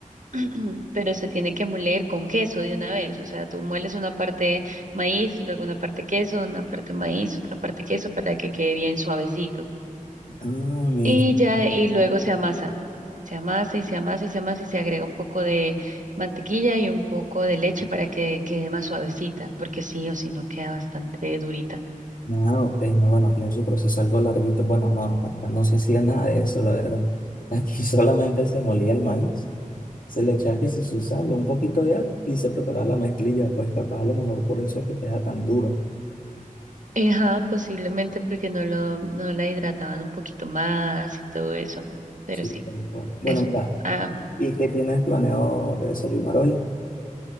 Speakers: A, on the right (about 60°); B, on the left (about 70°).
A: <clears throat> pero se tiene que moler con queso de una vez. O sea, tú mueles una parte maíz, luego una parte queso, una parte maíz, otra parte queso para que quede bien suavecito.
B: ah, mi...
A: Y ya, y luego se amasa. Se amasa y se amasa y se amasa y se agrega un poco de mantequilla y un poco de leche para que quede más suavecita, porque sí o sí no queda bastante durita.
B: Ah, ok, no, bueno, tiene su proceso algo larguito, bueno, no, acá no se hacía nada de eso, la verdad. <laughs> Aquí solamente se molía el maíz. Se le echa que si su sal, un poquito de agua y se prepara la mezclilla, pues capaz a lo mejor por eso es que queda tan dura.
A: Ajá, posiblemente porque no lo, no la hidrataban un poquito más y todo eso. Pero
B: Sí,
A: sí,
B: tal cual. Bueno,
A: es,
B: mira,
A: ah,
B: ¿y qué tienes planeado de desayunar hoy?